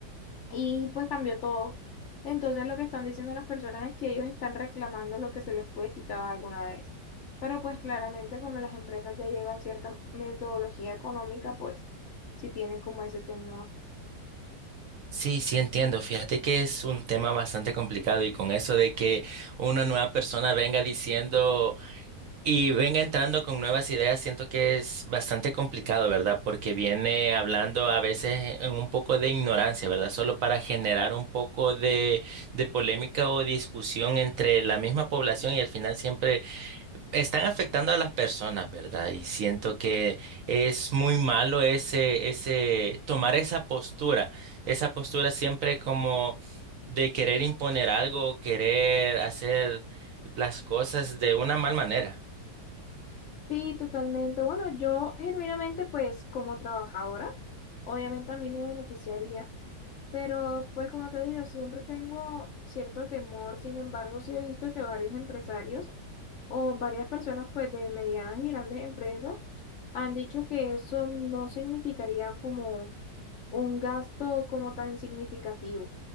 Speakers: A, on the left (about 65°); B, on the right (about 65°).
A: Y pues cambió todo. Entonces lo que están diciendo las personas es que ellos están reclamando lo que se les fue quitado alguna vez. Pero pues claramente como las empresas ya llevan cierta metodología económica, pues sí tienen como ese temor.
B: Sí, sí entiendo. Fíjate que es un tema bastante complicado y con eso de que una nueva persona venga diciendo Y venga entrando con nuevas ideas, siento que es bastante complicado, ¿verdad? Porque viene hablando a veces en un poco de ignorancia, ¿verdad? Solo para generar un poco de, de polémica o discusión entre la misma población y al final siempre están afectando a las personas, ¿verdad? Y siento que es muy malo ese, ese, tomar esa postura, esa postura siempre como de querer imponer algo, querer hacer las cosas de una mal manera.
A: Sí, totalmente. Bueno, yo genuinamente pues como trabajadora, obviamente a mí me beneficiaría. Pero pues como te digo, siempre tengo cierto temor, sin embargo, sí he visto que varios empresarios o varias personas pues de medianas y grandes empresas han dicho que eso no significaría como un gasto como tan significativo. O